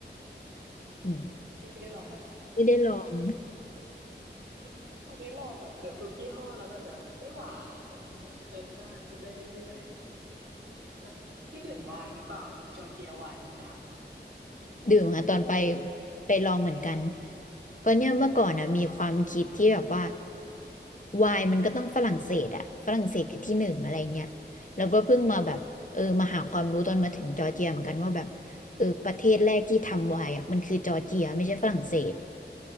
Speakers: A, on the left; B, on the right.
A: อืม
B: พี่พี่ได้ลองไหมคะ
A: ไม่ได้ลอง
B: <laughs> อันนี้ลองแบบเกือบทุกยี่ห้อแล้วมันแบบไม่หวานมันกินแบบเพลินมากกินได้เรื่อย แล้วพี่ดื่มไวน์หรือเปล่าจอร์เจียไวน์มันดัง
A: <laughs> ดื่มค่ะตอนไปไปลองเหมือนกันเพราะเนี่ยเมื่อก่อนอ่ะมีความคิดที่แบบว่าไวน์มันก็ต้องฝรั่งเศสอ่ะฝรั่งเศสคือที่หนึ่งอะไรเงี้ยแล้วก็เพิ่งมาแบบเออมาหาความรู้ตอนมาถึงจอร์เจียเหมือนกันว่าแบบเออประเทศแรกที่ทำไวน์อ่ะมันคือจอร์เจียไม่ใช่ฝรั่งเศส